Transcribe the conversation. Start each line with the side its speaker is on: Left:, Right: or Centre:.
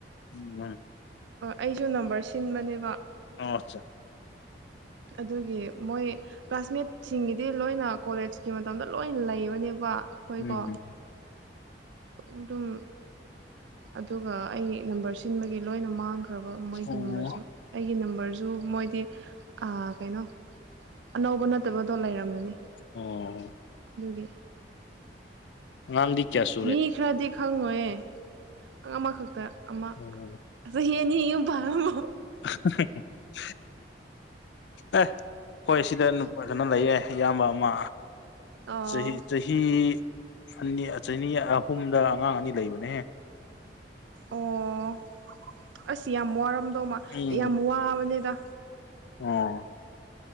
Left: ꯎꯝ ꯎꯝ
Right: ꯑꯩꯁꯨ ꯅꯝꯕꯔ ꯁꯤꯟꯕꯅꯦꯕ
Left: ꯑꯆꯥ
Right: ꯑꯗꯨꯒꯤ ꯃꯣꯏ ꯀ꯭ꯂꯥꯁꯃꯦꯠꯁꯤꯡꯒꯤꯗꯤ ꯂꯣꯏꯅ ꯀꯣꯂꯦꯖꯀꯤ ꯃꯇꯝꯗ ꯂꯣꯏꯅ ꯂꯩꯕꯅꯦꯕ ꯑꯩꯈꯣꯏꯀꯣ
Left: ꯎꯝ
Right: ꯑꯗꯨꯝ ꯑꯗꯨꯒ ꯑꯩ ꯅꯝꯕꯔ ꯁꯤꯟꯕꯒꯤ ꯂꯣꯏꯅ ꯃꯥꯡꯈ꯭ꯔꯕ ꯃꯣꯏꯒꯤ
Left: ꯎꯝ
Right: ꯅꯝꯕꯔꯁꯨ
Left: ꯑꯣ
Right: ꯑꯩꯒꯤ ꯅꯝꯕꯔꯁꯨ ꯃꯣꯏꯗꯤ ꯑꯥ ꯀꯩꯅꯣ ꯑꯅꯧꯕ ꯅꯠꯇꯕꯗꯣ ꯂꯩꯔꯝꯒꯅꯤ
Left: ꯑꯣ
Right: ꯑꯗꯨꯒꯤ
Left: ꯑꯉꯥꯡꯗꯤ ꯀꯌꯥꯁꯨ
Right: ꯃꯤ ꯈꯔꯗꯤ ꯈꯪꯉꯣꯏꯍꯦ ꯑꯃꯈꯛꯇ ꯑꯃ
Left: ꯑꯣ
Right: ꯆꯍꯤ ꯑꯅꯤ ꯌꯨꯝ ꯄꯥꯜꯔꯝꯃꯣ
Left: <unintelligible> ꯑꯦ ꯍꯣꯏ ꯁꯤꯗꯅꯨ ꯐꯖꯅ ꯂꯩꯌꯦ ꯑꯌꯥꯝꯕ ꯑꯃ
Right: ꯑꯣ
Left: ꯆꯍꯤ ꯆꯍꯤ ꯆꯍꯤ ꯑꯅꯤ ꯆꯅꯤ ꯑꯍꯨꯝꯗ ꯑꯉꯥꯡ ꯑꯅꯤ ꯂꯩꯕꯅꯦꯍꯦ
Right: ꯑꯣ ꯑꯁ ꯌꯥꯝ ꯋꯥꯔꯝꯗꯧꯃ
Left: ꯎꯝ
Right: ꯌꯥꯝ ꯋꯥꯕꯅꯦꯗ
Left: ꯑꯣ